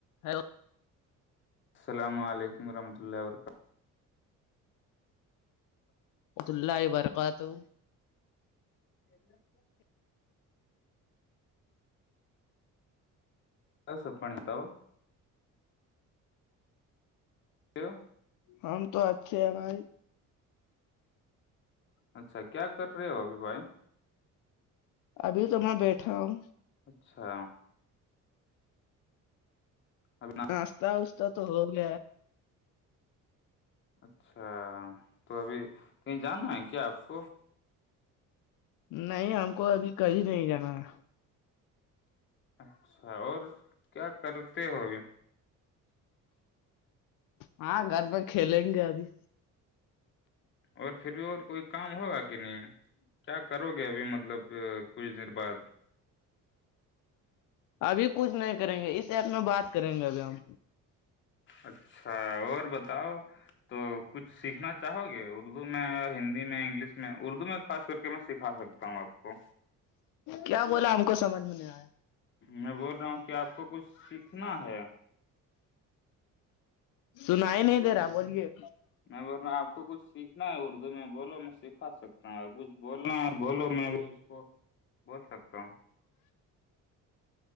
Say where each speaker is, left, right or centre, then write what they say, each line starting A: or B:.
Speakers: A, on the left; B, on the left.
A: Hello
B: السلام علیکم ورحمۃ اللہ و برکاتہ
A: خت اللہ برکات ہو
B: <unintelligible> کیا سب بنیتاؤ کی
A: ہم تو اچھے ہیں بھائی
B: اچھا کیا کر رہے ہو ابھی بھائی
A: ابھی تو میں بیٹھا ہوں
B: اچھا ابنا
A: ناستاہ استا تو ہوگ گ
B: اچھا تو ابھی کہیں جانا ہے کیا آپ کو
A: نہیں ہم کو ابھی کبھی نہیں جانا ہے
B: اچھا اور کیا کرتے ہو ابھی
A: ہاں گھر پرت کھیلیں گے ابھی
B: اور پھر بھی اور کوئی کام ہوگا کہ نہیں کیا کرو گے ابھی مطلب کچھ دیر بعد
A: ابھی کچھ نہیں کریں گے اس ایپ میں بات کریں گے ابھی ہم
B: اچھا اور بتاؤ تو کچھ سیکھنا چاہو گے اردو میں یا ہندی میں انگلش میں اردو میں خاص کر کے میں سکھا سکتی ہوں تا ہوں آپ کو
A: کیا بولا ہم کو سمجھ میں نہیں آیا
B: میں بول رہا ہوں کہ آپ کو کچھ سیکھنا ہے
A: سنائی نہیں دے رہا بولیے
B: میں بول آپ کو کچھ سیکھنا ہے اردو میں بولو میں سکھا سکتا ہوں کچھ بولنا بولو میں بھی اس کو بول سکتا ہوں